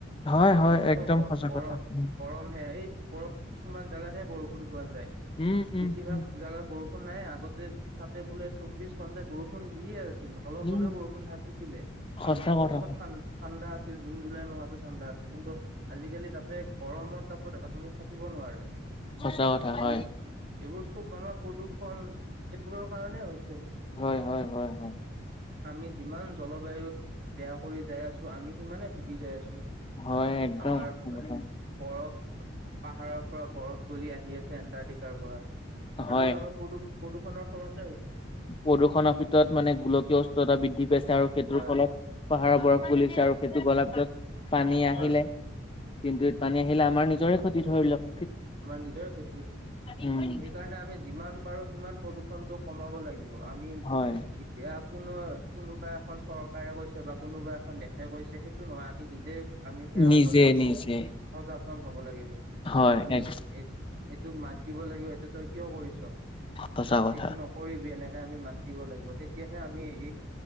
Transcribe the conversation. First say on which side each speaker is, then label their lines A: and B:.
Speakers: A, on the left; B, on the right.
A: হয় হয়
B: অথচ
A: একদম সঁচা
B: গৰম
A: কথা উম।
B: গৰমহে এই ওপৰৰ কিছুমান জাগাত হে বৰষুণ পোৱা যায়।
A: উম উম।
B: বেছি
A: উম,
B: ভাগ জাগাত বৰষুণ নাই আগতে তাতে বোলে চৌবিশ ঘণ্টাই বৰষুণ দিয়ে ছে অলপ
A: উম,
B: হলেও বৰষুণ থাকিছিলে
A: সঁচা
B: আৰু অজস্ৰ
A: কথা,
B: ঠাণ্ডা আছি ল জুন জুলাই মাহতো ঠাণ্ডা আছিল কিন্তু আজিকালি তাতে গৰমত তাকো আপুনি থাকিব নোৱাৰে
A: সঁচা কথা
B: এনে
A: হয়
B: এইবোৰ চব আমাৰ প্ৰদূষণ এইবোৰৰ কাৰণে হৈছে
A: হয়, হয়, হয়, হয়,
B: আমি যিমান জলবায়ু বেয়া কৰি যাই আছো আমি সিমানে ভুগি যাই আছো
A: হয়, একদম
B: আমাৰ
A: সঁচা কথা।
B: বৰফ পাহাৰৰ পৰা বৰফ গলি আহি আছে এন্টাৰ্টিকাৰ পৰা সেবোৰ
A: হয়,
B: আমাৰ প্ৰদূষ প্ৰদূষণৰ ফলত
A: প্ৰদূষণৰ ভিতৰত মানে গোলকীয় উষ্ণতা বৃদ্ধি পাইছে আৰু সেইটোৰ
B: হয়
A: ফলত পাহাৰৰ বৰফ গলিছে আৰু সেইটো গলা পিছত পানী আহিলে
B: হয়
A: কিন্তু পানী আহিলে আমাৰ নিজৰে ক্ষতি ধৰি লওঁক
B: আমাৰ নিজৰ ক্ষতি
A: উম,
B: সেইকাৰণে আমি যিমান পাৰো সিমান প্ৰদূষণটো কমাব লাগিব আমি
A: হয়,
B: এতিয়া কোনো কোনোবা এখন চৰকাৰে কৈছে বা কোনোবা এ এখন দেশে কৈছে সেইটো নহয় আ নিজে আমি সেয়া
A: নিজে
B: হ'ব লাগিব
A: নিজে
B: সযাতন হব লাগিব
A: হয়,
B: আমি
A: এক
B: এইটোত মাত দিব লাগিব এইটো তই কিয় কৰিছ
A: সঁচা কথা।
B: এইটো নকৰি বুলি এনেকে আমি মাত দিব লাগিব তেতিয়াহে আমি এই